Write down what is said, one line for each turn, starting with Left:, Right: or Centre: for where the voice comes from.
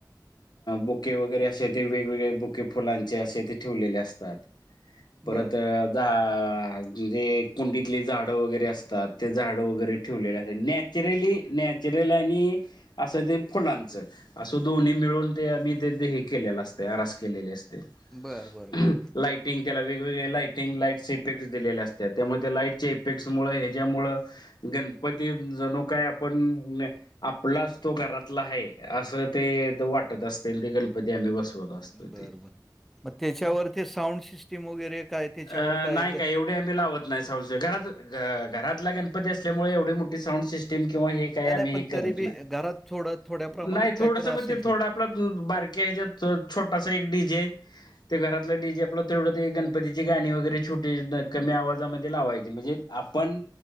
Left: बुके वगैरे असे ते वेगवेगळे बुके फुलांचे असे ते ठेवलेले असतात. परत
Centre: बरं.
Left: म्हणजे कुंडीतले झाडं वगैरे असतात ते झाडं वगैरे ठेवलेले अस नॅ चिरली न नॅचरल आणि असं ते फुलांचं असं दोन्ही मिळून ते आम्ही ते हे केलेलं असते आरास केलेली असते.
Centre: बरं, बरं,
Left: लाईट
Centre: बरं.
Left: लाइटिंग वेगवेगळे लाइटिंग लाईटसचे इफेक्ट दिलेल्या असतात त्यामुळे त्या लाईटच्या इफेक्ट मुळे याच्यामुळे गणपती जणो काय आपण आपलाच तो घरातला आहे असं. ते वाटत असतील ते गणपती आम्ही बसवत.
Centre: बरं,
Left: ते
Centre: बरं. मग त्याच्यावर ते साउंड सिस्टम वगैरे काय त्याच्यावर
Left: अ नाही
Centre: ते
Left: काय एवढ आम्ही लावत नाही घरातच गणपती असल्यामुळे एवढी मोठी साऊंड सिस्टिम ते किंवा एकही
Centre: नाही,
Left: आम्ही
Centre: नाही पण
Left: करत
Centre: तरी
Left: नाही
Centre: बी घरात थोडं थोड्या प्रमाणात
Left: नाही थोडसं
Centre: काहीतरी असेल
Left: म्हणजे थोडा
Centre: की?
Left: आप बारक्या ह्याच्या छोटासा एक डीजे ते घरातलं डीजे आपलं तेवढं ते गणपतीची गाणी वगैरे छोटे कमी आवाजामध्ये लावायचे म्हणजे आपण